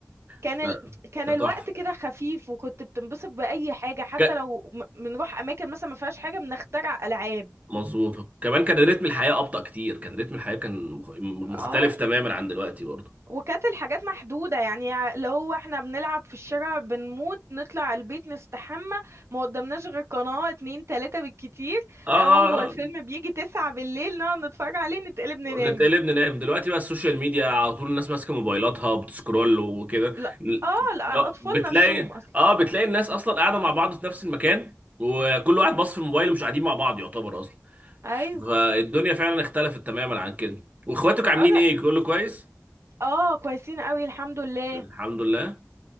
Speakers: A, on the right (about 55°); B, on the right (about 30°).
A: كان
B: ف...
A: ال... كان
B: فتحفه
A: الوقت كده خفيف وكنت بتنبسط باي حاجه حتى
B: ك...
A: لو م- بنروح اماكن مثلا ما فيهاش حاجه بنخترع العاب
B: مظبوط كمان كان رتم الحياه ابطا كتير كان رتم الحياه كان مخ- مختلف
A: اه
B: تماما عن دلوقتي برضه
A: وكانت الحاجات محدوده يعني لو هو احنا بنلعب في الشارع بنموت نطلع البيت نستحمى ما قدامناش غير قناه اتنين تلاته بالكتير
B: اه آه،
A: هو الفيلم
B: آه.
A: بيجي تسعة بالليل نقعد نتفرج عليه نتقلب ننام
B: نتقلب ننام دلوقتي بقى السوشيال ميديا على طول الناس ماسكه موبايلاتها وبتسكرول وكده
A: لا اه الاطفال
B: لا بتلاقي
A: نفسهم اصلا
B: اه بتلاقي الناس اصلا قاعده مع بعض في نفس المكان وكل واحد باص في الموبايل ومش قاعدين مع بعض يعتبر اصلا
A: ايوه
B: فالدنيا فعلا اختلفت تماما عن كده واخواتك عاملين
A: اه لا
B: ايه كله كويس
A: اه كويسين قوي الحمد لله
B: الحمد لله